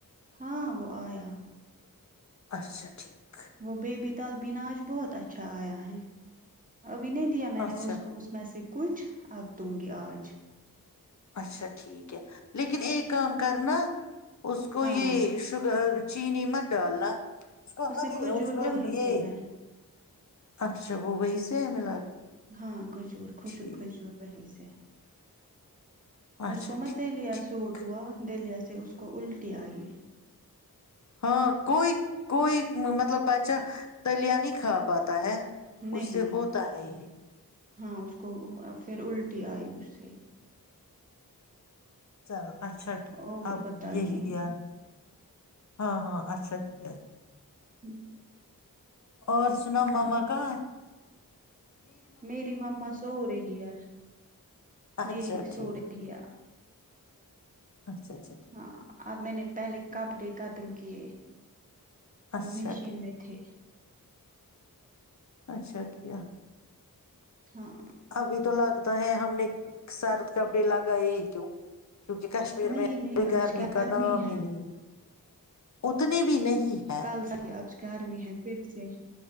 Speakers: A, on the right (about 20°); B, on the left (about 50°).
A: ہاں وہ آیا
B: اچھا ٹھیک ہے
A: وہ بےبی تلبینا آج بہت اچھا آیا ہے ابھی نہیں دیا میں
B: اچھا
A: نے اس کو اس میں سے کچھ آبتوں گی آج
B: اچھا ٹھیک ہے لیکن ایک کام کرنا اس کو
A: ہاں
B: یہ شوگر چینی مت ڈالنا اس کا ہ
A: میں
B: نہیں
A: کھجور
B: اس میں
A: وہی
B: یہ
A: سے ہے
B: اچھا وہ وہی سے ہے ملا کے
A: ہاں کھجور خوشک
B: ٹھیک
A: کھجور وہی سے
B: اچھا
A: اس کو میں
B: ٹھیک
A: دلیا
B: ٹھیک
A: سوٹ ہوا دلیا سے سے اس کو الٹی آئی
B: ہاں کوئی کوئی مطلب بادچہ دلیا نہیں کھا پاتا ہے اس
A: نہیں
B: سے ہوتا ہے یہ
A: ہاں اس کو پھر الٹی آئی اس سے
B: چلو اچھا کیا
A: اور
B: اب
A: بتائیے
B: یہی دیا ہاں ہاں اچھا کیا
A: ہوں
B: اور سنا ماما کا
A: میری ماما سو رہی ہے
B: اچھا
A: میری
B: ٹھیک
A: سو رہی ہے
B: اچھا اچھا ٹھیک
A: ہاں آپ میں نے پہلے کپ ڈے ختم کیے وہ
B: اچھا
A: مشین
B: کیا
A: میں تھے
B: اچھا کیا
A: ہاں
B: ابھی تو لگتا ہے ہم نے سارد کپڑے لگائے ہی کیوں کیونکہ کشمیر
A: نہیں
B: میں
A: نہیں
B: کوئی گرمی
A: آج
B: کا نام
A: ہے
B: ہی نہیں اتنے بھی نہیں ہے
A: کل سھی آج گرمی ہے پھر سے